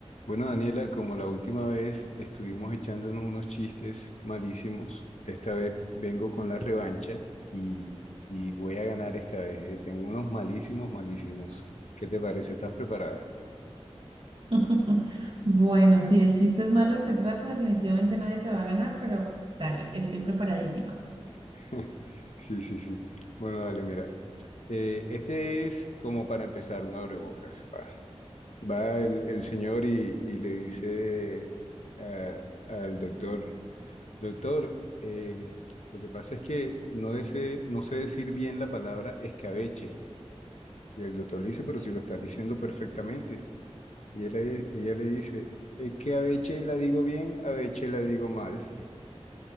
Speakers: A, on the left (about 85°); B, on the right (about 55°).
A: Bueno, Daniela, como la última vez estuvimos echándonos unos chistes malísimos, esta vez vengo con la revancha y, y voy a ganar esta vez, ¿eh? Tengo unos malísimos, malísimos. ¿Qué te parece? ¿Estás preparada?
B: <laughs> Bueno, si de chistes malos se trata, definitivamente nadie te va a ganar, pero dale, estoy preparadísima.
A: <laughs> Sí, sí, sí. Bueno, dale, mira. Eh, este es como para empezar, un abrebocas. Va, va el, el señor y, y le dice a- al doctor. Doctor, eh, lo que pasa es que no, dese- no sé decir bien la palabra escabeche. Y el doctor le dice, pero si lo estás diciendo perfectamente. Y él le- ella le dice, es que abeche la digo bien, abeche la digo mal.